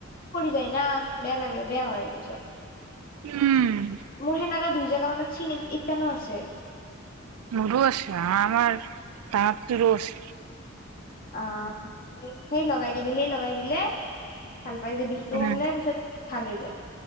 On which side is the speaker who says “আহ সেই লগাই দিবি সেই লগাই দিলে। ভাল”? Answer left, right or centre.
Left